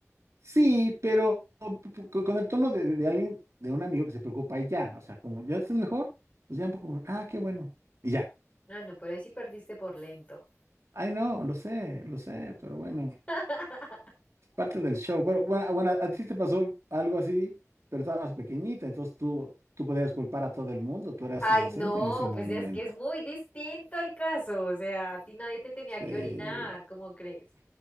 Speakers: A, on the right; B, on the left.
A: Sí, pero co- con el tono de, de- de alguien, de un amigo que se preocupa y ya, o sea, como, ¿ya estás mejor? Pues ya un poco, ah, qué bueno, y ya.
B: Ah, no, pero ahí sí perdiste por lento.
A: Ay, no, lo sé, lo sé, pero bueno,
B: <laughs>
A: es parte del show. Pero bueno, ah, bueno, a ti te pasó algo así, pero estabas pequeñita, entonces tú, tú podías culpar a todo el mundo, tú eras
B: Ay,
A: inocente
B: no,
A: en ese momento.
B: pues es que es muy distinto el caso. O sea, a ti nadie te tenía
A: Sí.
B: que orinar, ¿cómo crees?